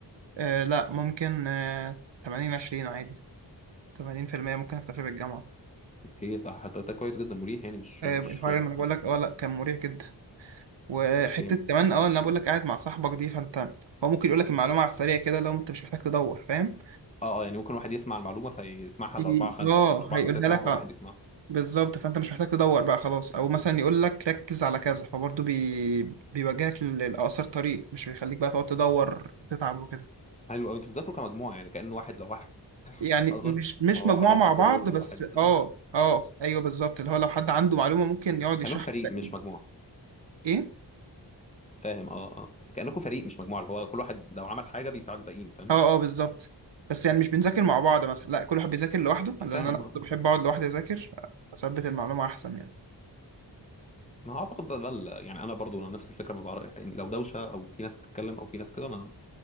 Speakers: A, on the right; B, on the left.
A: آه لا ممكن آه 80 20 عادي 80% ممكن اكتفي بالجامعة
B: اوكي فحضرتك كويس جدا مريح يعني مش
A: آه،
B: مش
A: الحوار لما انا
B: حاجة
A: بقول لك اه لا كان مريح جدا وحتة
B: اوكي
A: كمان اه اللي انا بقول لك قاعد مع صاحبك دي فانت هو ممكن يقول لك المعلومة على السريع كده لو انت مش محتاج تدور فاهم
B: اه اه يعني ممكن واحد يسمع المعلومة فيسمعها
A: ي-
B: لأربعة خمسة
A: اه
B: بدل ما أربعة
A: هيقولها
B: خمسة يسمعوها
A: لك
B: هو
A: اه
B: واحد يسمعها
A: بالظبط فانت مش محتاج تدور بقى خلاص او مثلا يقول لك ركز على كذا فبرضه بي... بيوجهك لأقصر طريق مش بيخليك بقى تقعد تدور وتتعب وكده
B: حلو قوي انتوا بتذاكروا كمجموعة يعني كأن واحد لو واحد
A: يعني
B: حضر
A: مش مش
B: فهو
A: مجموعة
B: حضر
A: مع
B: لكله
A: بعض
B: ولو
A: بس
B: واحد
A: اه اه ايوه بالظبط اللي هو لو حد عنده معلومة ممكن يقعد
B: كأنكم
A: يشرح
B: فريق
A: لك
B: مش مجموعة
A: ايه
B: فاهم اه اه كأنكم فريق مش مجموعة اللي هو كل واحد لو عمل حاجة بيساعد الباقيين فاهم
A: اه اه بالظبط بس يعني مش بنذاكر مع بعض مثلا لا كل واحد بيذاكر لوحده لان
B: فاهم
A: انا برضه
B: اه آه.
A: بحب اقعد لوحدي اذاكر اثبت المعلومه احسن يعني
B: ما هو اعتقد ده, ده ال- يعني انا برضو نفس الفكره ما بعرف يعني لو دوشه او في ناس بتتكلم او في ناس كده ما